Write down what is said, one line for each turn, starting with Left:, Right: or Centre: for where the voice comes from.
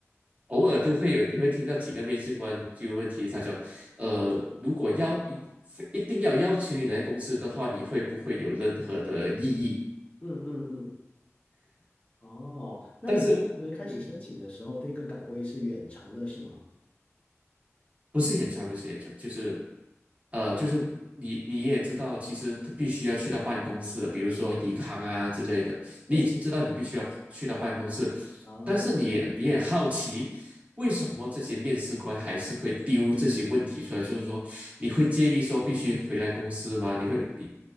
Right: 偶尔都会有，你会听到几个面试官这个问题，他就。呃，如果要一一定要邀请你来公司的话，你会不会有任何的异议？
Left: 嗯嗯嗯，哦，那你当时开始申请的时候，
Right: 但是，嗯，
Left: 那个岗位是远程的，是吗？
Right: 不是演唱，不是演唱，就是呃，就是你你也知道，其实他必须要去到办公室，比如说银行啊之类的，你已经知道你必须要去到办公室，
Left: 是啊，
Right: 但是你也你也好奇。为什么这些面试官还是会丢这些问题出来？就是说，你会介意说必须回来公司吗？你会你